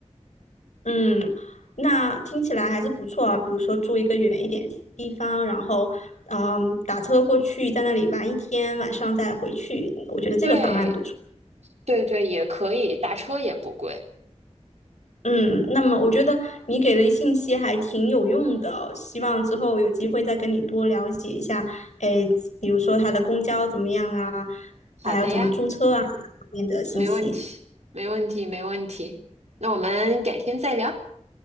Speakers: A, on the left; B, on the right.
A: 嗯，那听起来还是不错啊。比如说住一个远一点的地方，然后嗯打车过去，在那里玩一天，晚上再回去，我觉得这个方案不错。
B: 对，对对，也可以，打车也不贵。
A: 嗯，那么我觉得你给的信息还挺有用的哦，希望之后有机会再跟你多了解一下。哎，比如说它的公交怎么样啊，还有怎么租车啊，
B: 好的呀，
A: 这方面的信息。
B: 没问题，没问题，没问题。那我们改天再聊。